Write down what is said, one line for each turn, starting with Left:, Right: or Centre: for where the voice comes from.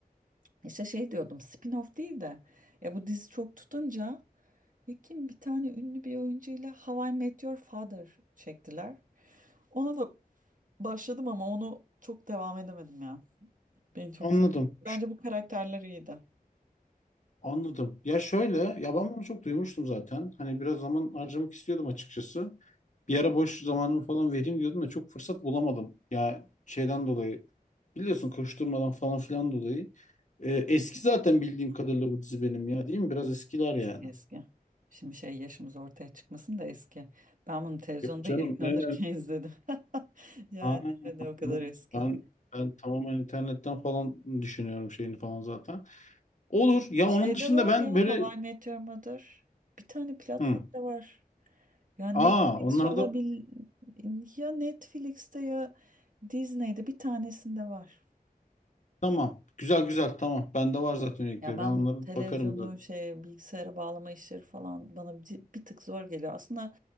Right: İşte şey diyordum spin-off değil de ya bu dizi çok tutunca ya kim bir tane ünlü bir oyuncuyla How I Met Your Father çektiler. Ona da başladım ama onu çok devam edemedim ya. Beni çok
Left: Anladım.
Right: sardı. Bence bu karakterler iyiydi.
Left: Anladım. Ya şöyle, ya ben bunu çok duymuştum zaten. Hani biraz zaman harcamak istiyordum açıkçası. Bir ara boş zamanımı falan vereyim diyordum da çok fırsat bulamadım. Ya şeyden dolayı biliyorsun koşturmadan falan filan dolayı. Ee, eski zaten bildiğim kadarıyla bu dizi benim ya değil mi? Biraz eskiler
Right: Eski
Left: yani.
Right: eski. Şimdi şey yaşımız ortaya çıkmasın da eski. Ben bunu televizyonda
Left: Yok canım
Right: yayınlanırken
Left: ne önemli.
Right: izledim. <laughs> Yani
Left: Aa,
Right: hani o kadar
Left: yok.
Right: eski.
Left: Ben, ben tamamen internetten falan düşünüyorum şeyini falan zaten. Olur. Ya
Right: Şey
Left: onun dışında
Right: de var
Left: ben
Right: ya
Left: böyle...
Right: How I Mother. Bir tane platformda
Left: Hı.
Right: var. Ya Netflix
Left: Aa, onlarda
Right: olabil ya Netflix'te ya Disney'de bir tanesinde var.
Left: Tamam. Güzel güzel tamam. Bende var zaten üyelikleri.
Right: Ya ben
Left: Ben onlara
Right: bu televizyonu
Left: bakarım zaten.
Right: şey bilgisayara bağlama işleri falan bana bir, bir tık zor geliyor. Aslında